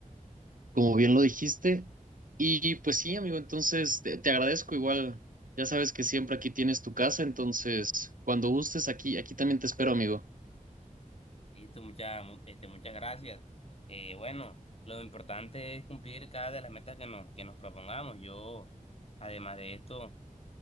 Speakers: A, on the right; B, on the left.
A: como bien lo dijiste. Y pues sí, amigo, entonces te, te agradezco igual. Ya sabes que siempre aquí tienes tu casa, entonces cuando gustes aquí, aquí también te espero, amigo.
B: Listo, muchas, este, muchas gracias. Eh, bueno, lo importante es cumplir cada de las metas que nos, que nos propongamos. Yo, además de esto,